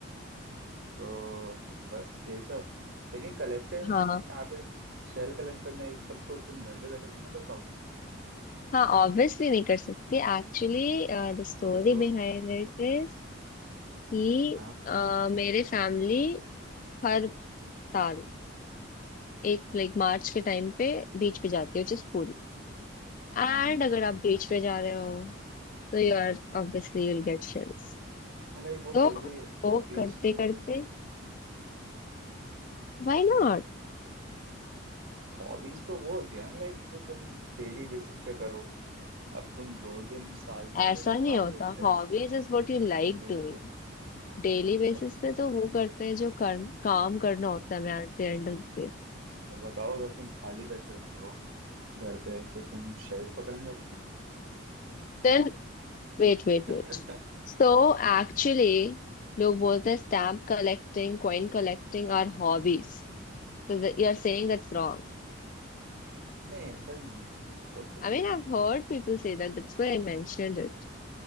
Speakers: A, on the right; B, on the left.
A: तो बस यही सब लेकिन कलेक्टिव
B: हाँ
A: हैबिट शेल कलेक्ट करना ये सब तो तुम घर पे बैठे नहीं ना कर पाओगे
B: हाँ ऑब्वियसली नहीं कर सकती actually the story
A: तो वो तो
B: behind it is कि
A: हाँ
B: अ, मेरे फैमिली हर साल एक लाइक मार्च के टाइम पे बीच पे जाती है विच इज पुरी एंड
A: हाँ हाँ
B: अगर आप बीच पे जा रहे हो तो you are obviously will get shills
A: लाइक वो
B: तो
A: फिर भी
B: वो
A: हॉबीज
B: करते
A: तो नहीं
B: करते
A: हो ना
B: व्हाई नॉट
A: हॉबीज तो वो होती है ना लाइक जो तुम डेली बेसिस पे करो अब तुम दो दिन साल में
B: ऐसा
A: अगर निकालो
B: नहीं होता
A: शेल्स
B: hobbies is what
A: तो
B: you
A: उसको
B: like
A: थोड़ी
B: doing
A: ना हॉबी
B: Daily basis
A: ओके
B: पे तो वो करते हैं जो कर, काम करना होता है मैं at the end of the
A: तो बताओ अगर तुम खाली बैठे रहते हो घर पे तो तुम शेल पकड़ने जाते
B: then wait wait
A: हो
B: wait
A: <laughs>
B: So actually लोग बोलते हैं stamp
A: हाँ,
B: collecting coin collecting are hobbies तो you are saying that's wrong
A: नहीं ऐसा ही नहीं है लाइक ओके
B: I mean I have heard people say that that's why I mentioned it